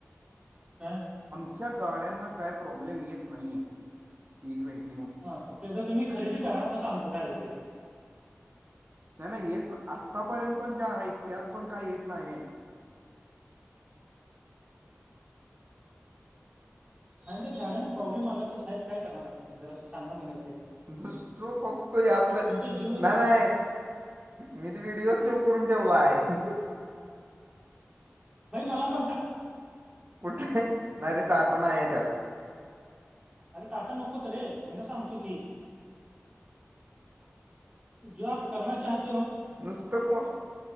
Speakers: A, on the right (about 20°); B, on the right (about 45°).
A: आं
B: आच्या गाड्यांना काय प्रॉब्लेम येत नाही आहे ई ट्वेंटी
A: हा फक्त एकदा तुम्ही खरेदी करा मग सांगतो काय होते ते
B: नाही नाही येत ना आत्तापर्यंत पण ज्या आहेत त्यात पण काही येत नाहीय
A: आणिंतर गाड्याना प्रॉब्लेम आला तर साहेब काय करणार असह तुम ज असं सांगा म्हणे
B: नुसतो फक्त यातलं
A: तुमचा जीवच
B: ना
A: घेईन
B: नाही मी व्हिडिओ शेव करून ठेवला आहे
A: भाई मला पण टाक
B: कुठे नाहीरे टाटण आहे त्यात
A: अरे टाटा नकोच रे हेना सांगतो की जो आप करना चहत
B: नुसतं को